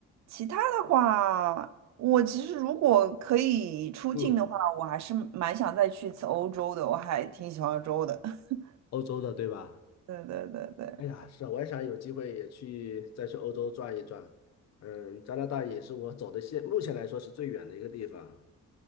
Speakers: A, on the right; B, on the left.
A: 其他的话，我其实如果可以出境的话，
B: 嗯，
A: 我还是蛮想再去一次欧洲的，我还挺喜欢欧洲的。<laughs>
B: 欧洲的对吧？
A: 对对对对，
B: 哎呀，是啊，我也想有机会也去再去欧洲转一转。嗯，加拿大也是我走的现，目前来说是最远的一个地方。